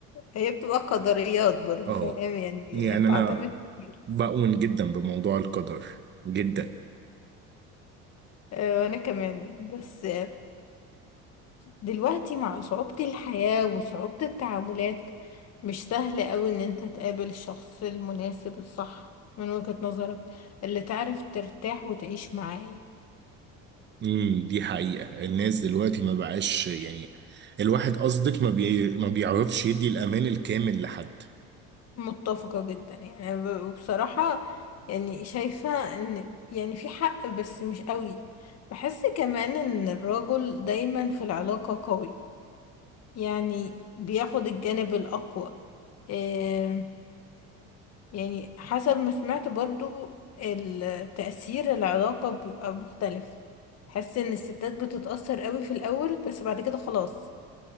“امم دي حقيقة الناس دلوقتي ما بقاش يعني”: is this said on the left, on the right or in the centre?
Right